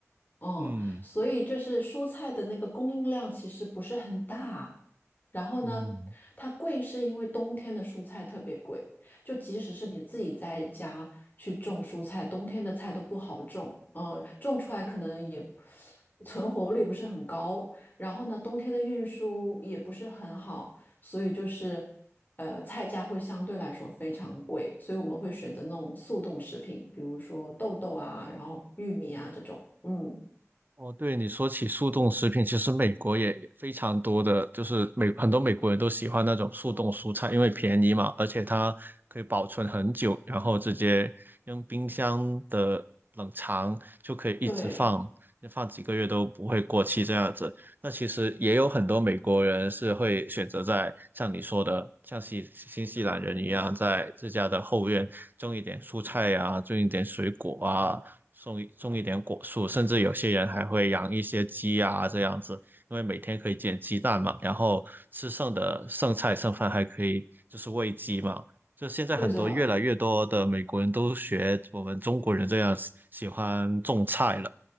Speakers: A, on the left; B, on the right.
A: 嗯，
B: 嗯
A: 所以就是蔬菜的那个供应量其实不是很大。然后呢，
B: 嗯。
A: 它贵是因为冬天的蔬菜特别贵，就即使是你自己在家去种蔬菜，冬天的菜都不好种，嗯、种出来可能也存活率不是很高。然后呢，冬天的运输也不是很好，所以就是呃，菜价会相对来说非常贵，所以我们会选择那种速冻食品，比如说豆豆啊，然后玉米啊这种，嗯。
B: 哦，对，你说起速冻食品，其实美国也非常多的，就是美很多美国人都喜欢那种速冻蔬菜，因为便宜嘛，而且它可以保存很久，然后直接用冰箱的冷藏就可以一直放，
A: 对，
B: 放几个月都不会过期这样子。那其实也有很多美国人是会选择在像你说的，像新新西兰人一样，在自家的后院种一点蔬菜呀，种一点水果啊，种一种一点果树，甚至有些人还会养一些鸡啊这样子，因为每天可以捡鸡蛋嘛，然后吃剩的剩菜剩饭还可以就是喂鸡嘛。就现在很多越来越多的美国人都学我们中国人这样喜喜欢种菜了，
A: 对的，